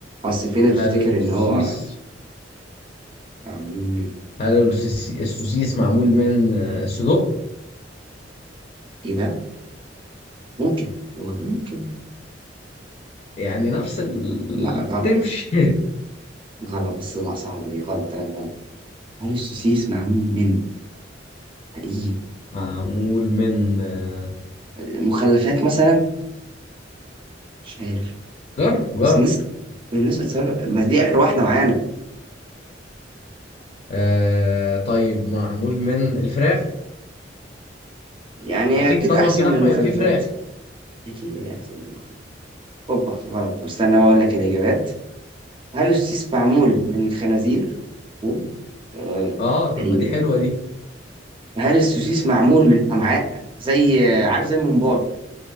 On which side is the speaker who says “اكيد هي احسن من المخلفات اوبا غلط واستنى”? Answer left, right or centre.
Right